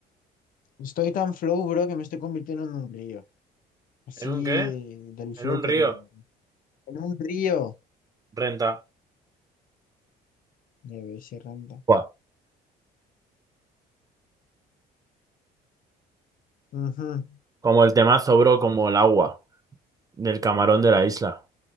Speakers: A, on the left (about 55°); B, on the right (about 20°).
A: Estoy tan flow, bro, que me estoy convirtiendo en un río. Así
B: ¿En un qué?
A: de- del
B: ¿En
A: flow
B: un
A: que
B: río?
A: tengo. En un río.
B: Renta.
A: Ya ves, se renta.
B: Buah.
A: Ujú.
B: Como el temazo, bro, como el agua del camarón de la isla.